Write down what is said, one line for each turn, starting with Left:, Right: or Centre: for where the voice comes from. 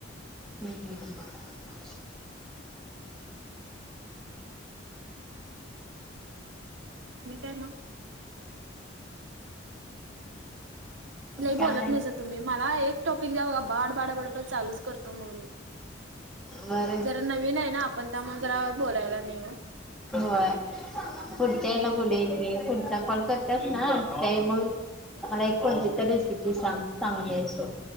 Centre: हम्म हम् ह
Right: आणि काय मग? लय
Centre: काय
Right: बोलत नाहीसा तुम्ही मला एक टॉपिक द्या बघा बाडबाडबड चालूच करतो मग मी
Centre: बरं
Right: जरा नवीन आहे ना पण त्यामूळ जरा बोलायला नाही हो
Centre: होय पुढच्या
Right: हम्म
Centre: हेला बोलूया की पुढचा कॉल करत्यास ना ते मग मला एक कोणती तर रेसिपी चांगली अशी